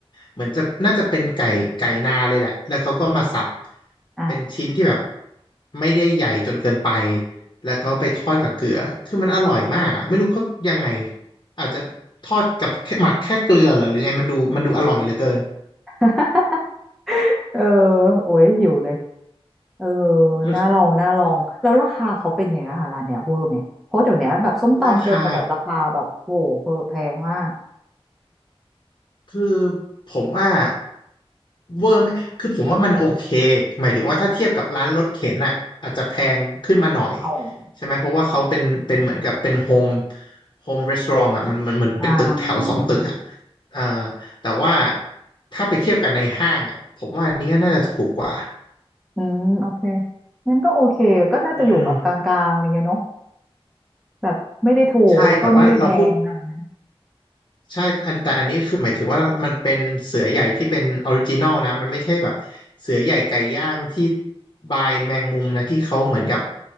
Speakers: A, on the left; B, in the centre.
A: เหมือนจะน่าจะเป็นไก่ไก่นาเลยแหละแล้วเขาก็มาสับ
B: อ่า
A: เป็นชิ้นที่แบบไม่ได้ใหญ่จนเกินไปแล้วเขาไปทอดกับเกลือคือมันอร่อยมากอ่ะไม่รู้เขายังไงอาจจะทอดกับแค่หมักแค่เกลือเหรอหรือไงมันดูมันดูอร่อยเหลือเกิน
B: <laughs> เออโอ้ยหิวเลยเออ
A: เออ
B: น่าลองน่าลองแล้วราคาเขาเป็นไงอาหารร้านเนี้ยเวอร์ไหมเพราะเดี๋ยวเนี้ยแบบส้มตำเจอแต่แบบราคาแบบโอ้โหแพงมาก
A: ราคา คือผมว่าเวอร์ไหมคือผมว่ามันโอเค หมายถึงว่าถ้าเทียบกับร้านรถเข็นน่ะอาจจะแพงขึ้นมาหน่อย
B: อ๋อ
A: ใช่ไหมเพราะว่าเขาเป็นเป็นเหมือนกับเป็นโฮมโฮมรีสอร์ทอ่ะมันมันเหมอนเป็นตึกแถวสองตึกอ่ะ
B: อ่า
A: เอ่อแต่ว่าถ้าไปเทียบกันในห้างอ่ะผมว่าอันนี้ก็น่าจะถูกกว่า
B: อืมโอเคงั้นก็โอเคก็น่าจะอยู่แบบกลางๆอะไรเงี้ยเนาะ
A: อืม
B: แบบไม่ได้ถูกแล้วก็ไม่ได้แพงขนาดนั้น
A: ใช่แต่ว่าเราพูด ใช่อันแต่อันนี้คือหมายถึงว่ามันเป็นเสือใหญ่ที่เป็นออริจินอลนะมันไม่ใช่แบบเสือใหญ่ไก่ย่างที่บายแมงมุมนะที่เขาเหมือนกับ